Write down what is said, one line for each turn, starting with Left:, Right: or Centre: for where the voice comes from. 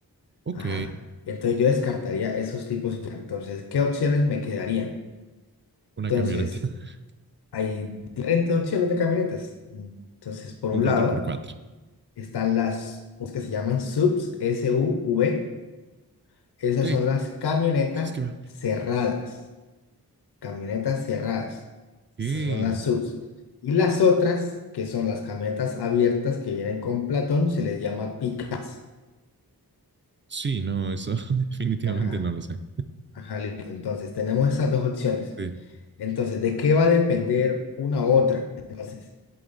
Right: Ok,
Left: Ajá. Entonces, yo descartaría esos tipos. Entonces, ¿qué opciones me quedarían?
Right: una
Left: Entonces,
Right: camioneta, <laughs>
Left: hay diferentes opciones de camionetas. Entonces, por un
Right: un cuatro
Left: lado.
Right: por cuatro
Left: Están las que se llaman SUVs, S-U-V. Esas
Right: Ok, eso
Left: son las camionetas
Right: es que van.
Left: cerradas. Camionetas cerradas.
Right: Ok.
Left: Esas son las SUVs. Y las otras, que son las camionetas abiertas que vienen con Platón, se les llama pickups.
Right: Sí, no, eso <laughs> definitivamente
Left: Ajá,
Right: no lo sé.
Left: ajá, listo. Entonces, tenemos esas dos opciones.
Right: Sí,
Left: Entonces, ¿de qué va a depender una u otra? Entonces,